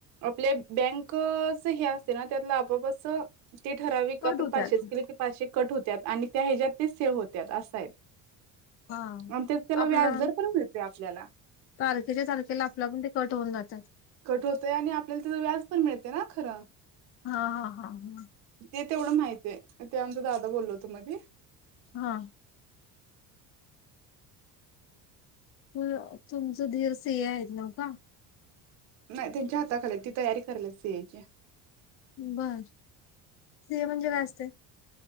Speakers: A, on the right; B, on the left.
A: आपल्या बँक क् चं हे अस ना, त्यातल आपोप असं ते ठराविक
B: कट
A: आपण
B: होतात.
A: पाचशेच केल की पाचशे कट होत्यात आणि त्या ह्याच्या्यात ते सेव्ह होत्यात अस य.
B: हा.
A: आमच्यात त्याला
B: आपला
A: व्याजदर पण मिळतोय, आपल्याला.
B: तारखेच्या तारखेला आप लागुण ते कट होऊन जात.
A: कट होतय आणि आपल्याला त्याच व्याज पण मिळतय ना खरं?
B: हां हां हां हं.
A: ते तेवढं माहित ये, ते आमचा दादा बोललो होत मदि.
B: हां. त तुमचं <unintelligible> सिय आहेत न का?
A: नाही त्यांच्या हाताखालीये, ते तयारी कराले सीएची.
B: बरं, सिए म्हणजे काय असत?